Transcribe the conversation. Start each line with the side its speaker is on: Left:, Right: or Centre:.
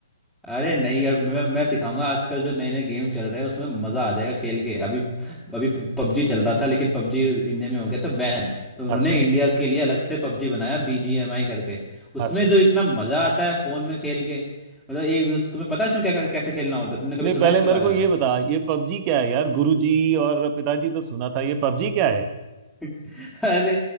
Centre: अरे नहीं यार मैं मैं सिखाऊंगा आजकल जो नए नए गेम चल रहे हैं उसमें मजा आ जाएगा खेल के अभी अभी पबजी चल रहा था लेकिन पबजी इंडिया में हो गया था बैन तो उन्होंने
Right: अच्छा
Centre: इंडिया के लिए अलग से पबजी बनाया बीजीएमआई करके
Right: अच्छा
Centre: उसमें जो इतना मजा आता है फोन में खेल के मतलब एक दूसरे तुम्हें पता है उसमें क्या क्या- कैसे खेलना होता है तुमने कभी
Right: नहीं
Centre: सुना
Right: पहले
Centre: है इसके
Right: मेरे
Centre: बारे
Right: को
Centre: में
Right: ये बता ये पबजी क्या है यार गुरुजी और पिताजी तो सुना था ये पबजी क्या है
Centre: <laughs> अरे